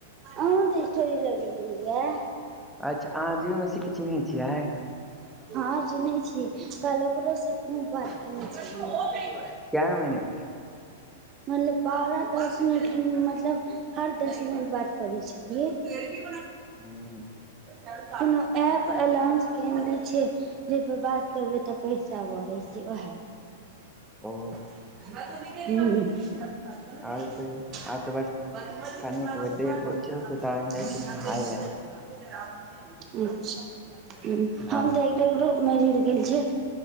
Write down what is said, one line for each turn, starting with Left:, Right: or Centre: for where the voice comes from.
Right: आ तथोड़ लग।
Centre: अच्छा अहाँ जीमेसी के चिन्हैत छियै आइ।
Right: हँ चिन्हैय छियै कल ओकरोसँ खूब बात केने छी।
Centre: कए मिनट।
Right: मतलब बारह दस मिनट मतलब। हर दस मिनट बात करै छलियै कि।
Centre: हूँ,
Right: कोनो एप ए लॉंच केनेछै। जै पर बात करबैय तऽ पैसा बढ़ैय छैय वैह
Centre: ओ
Right: हू <unintelligible> <unintelligible>
Centre: आरो कहियौ आब तऽ बस कनिक देर बचल छै तहन जाइ छी नहाय लए हँ
Right: हम तऽ। गोप मे जुड़ गेल छै